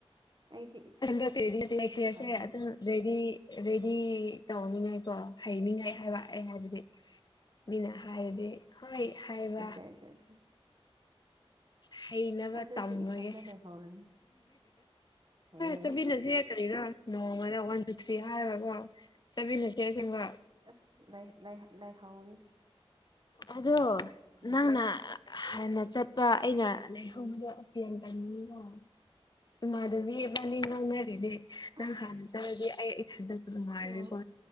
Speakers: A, on the right; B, on the left.
A: ꯑꯩꯗꯤ
B: <inaudible>
A: ꯑꯩꯗꯤ ꯎꯄꯥꯏ ꯂꯩꯇꯦꯗ
B: ꯂꯩꯔꯤ ꯑꯗꯩꯗꯤ ꯇꯧꯅꯤꯡꯉꯥꯏ ꯀꯣ ꯍꯩꯅꯤꯡꯉꯥꯏ ꯍꯥꯏꯕ ꯑꯩ ꯍꯥꯏꯕꯗꯤ ꯃꯤꯅ ꯍꯥꯏꯔꯗꯤ ꯍꯣꯏ ꯍꯥꯏꯕ
A: ꯑꯦ ꯁꯦ ꯁꯦ
B: ꯍꯩꯅꯕ
A: ꯑꯗꯨꯗꯤ
B: ꯇꯝꯃꯒꯦ
A: ꯏꯊꯟꯗ ꯂꯩꯍꯧꯔꯅꯤ ꯑꯦ
B: ꯆꯃꯤꯅꯁꯦ ꯀꯔꯤꯔ ꯅꯣꯡ ꯉꯥꯂꯦ ꯋꯥꯟ ꯇꯨ ꯊ꯭ꯔꯤ ꯍꯥꯏꯔꯣꯏꯀꯣ ꯆꯃꯤꯅꯁꯦ ꯁꯤꯡꯕ
A: ꯑꯁ ꯅꯩꯏꯍꯧꯔꯤ
B: ꯑꯗꯣ ꯅꯪꯅ
A: ꯆꯠꯂꯣ
B: ꯍꯥꯟꯅ ꯆꯠꯄ ꯑꯩꯅ ꯂꯩꯍꯧꯕꯗꯣ
A: ꯎꯝ
B: <unintelligible> ꯃꯥꯗꯕꯤ ꯏꯕꯥꯅꯤ <unintelligible> ꯅꯪ
A: ꯑꯁ
B: ꯍꯥꯟꯅ ꯆꯪꯔꯗꯤ ꯑꯩ ꯏꯊꯟꯗ ꯅꯨꯡꯉꯥꯏꯀꯣ
A: ꯑꯣ